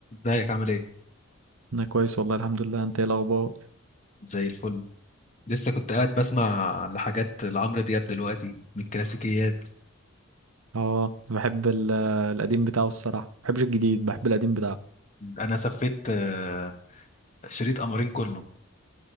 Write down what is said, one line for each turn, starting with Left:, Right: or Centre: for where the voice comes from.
Left: ازيك عامل ايه؟
Right: انا كويس والله الحمد لله انت ايه الاخبار
Left: زي الفل لسه كنت قاعد بسمع لحاجات لعمرو دياب دلوقتي من الكلاسيكيات
Right: اه أنا بحب ال- القديم بتاعه الصراحه ما بحبش الجديد بحب القديم بتاعه
Left: انا سفيت آه، شريط قمرين كله